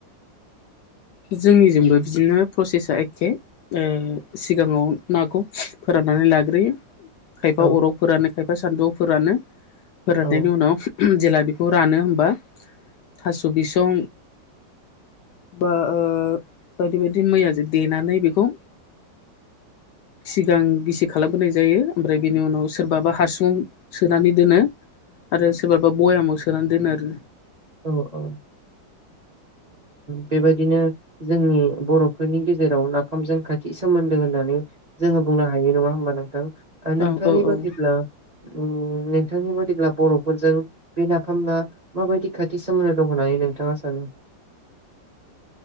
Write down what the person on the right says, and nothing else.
औ
औ
औ औ बेबायदिनो जोंनि बर'फोरनि गेजेराव नाफामजों खाथि सोमोन्दो होननानै जोङो बुंनो हायो नङा होमबा नोंथां? आ नोंथांनि
बादिब्ला
नोंथांनि बादिब्ला बर'फोरजों बे नाफामा माबायदि खा थि सोमोन्दो दं होननानै नोंथाङा सानो।